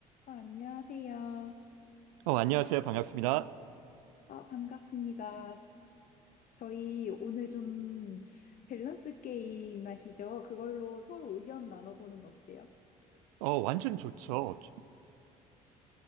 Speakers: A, on the left; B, on the right.
A: 어, 안녕하세요.
B: 어, 안녕하세요. 반갑습니다.
A: 어, 반갑습니다. 저희 오늘 좀 밸런스 게임 아시죠? 그걸로 서로 의견 나눠보는 거 어때요?
B: 어, 완전 좋죠.